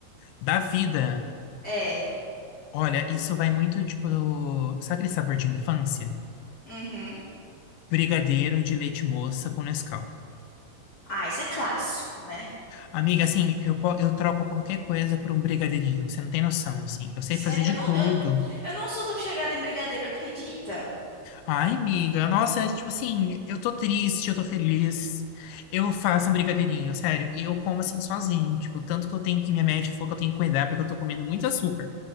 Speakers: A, on the left; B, on the left.
A: Da vida.
B: É.
A: Olha, isso vai muito, tipo, do- sabe aquele sabor de infância?
B: Uhum.
A: brigadeiro de leite moça com Nescau.
B: Ah, isso é clássico, né?
A: Amiga, assim, eu, po- eu troco qualquer coisa por um brigadeirinho, você não tem noção, assim. Eu sei
B: Sério,
A: fazer de
B: eu não,
A: tudo.
B: eu, eu não sou tão chegada em brigadeiro, acredita?
A: Ai, amiga, nossa, é tipo assim, eu tô triste, eu tô feliz. Eu faço um brigadeirinho, sério. E eu como assim sozinho, tipo, tanto que eu tenho que minha médica falou que eu tenho que cuidar porque eu tô comendo muito açúcar.